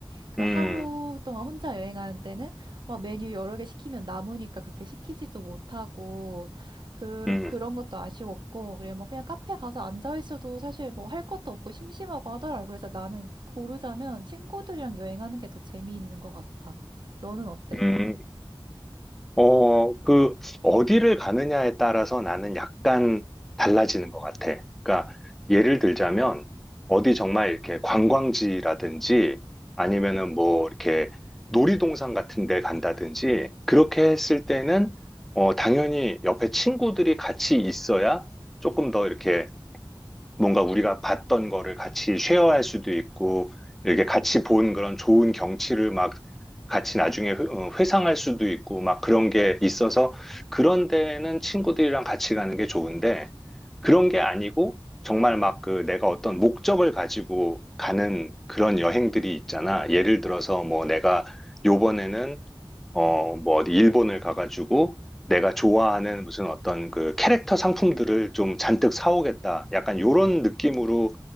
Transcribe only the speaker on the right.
그
하루 동안 혼자 여행하는 때는 막 메뉴 여러 개 시키면 남으니까 그렇게 시키지도 못하고 그
그런 것도 아쉬웠고 그래뭐 그냥 카페 가서 앉아 있어도 사실 뭐 할 것도 없고 심심하고 하더라고. 그래서 나는 고르자면 친구들이랑 여행하는 게 더 재미있는 것 같아. 너는 어때?